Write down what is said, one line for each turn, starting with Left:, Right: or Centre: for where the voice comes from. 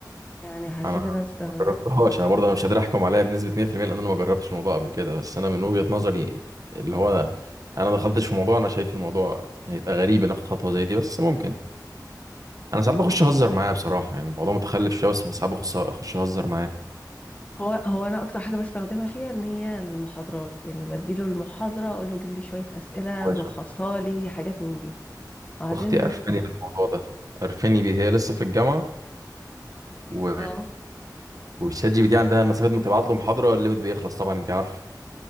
Left: يعني حسيت
Right: انا
Left: ان انا استفدت
Right: ما جربتهاش انا برضه انا مش قادر احكم عليها بنسبة 100% لان انا ما جربتش الموضوع قبل كده بس انا من وجهة نظري اللي هو انا دخلتش في موضوع انا شايف الموضوع هيبقى غريب ان اخد خطوة زي دي بس ممكن انا ساعات بخش اهزر معاه بصراحة يعني الموضوع متخلف شوية بس ساعات بخش اخش اهزر معاه
Left: هو هو انا اكتر حاجه بستخدمها فيها ان هي المحاضرات يعني بديله المحاضره اقول له جيب لي شويه اسئله
Right: كويس.
Left: ملخصها لي حاجات من دي وبعدين
Right: اختي قرفاني بالموضوع ده قرفاني بيه هي لسه في الجامعة و
Left: اه
Right: والشات جي بي تي عندها مسافه ما تبعت له محاضره الليمت بيخلص طبعا انت عارف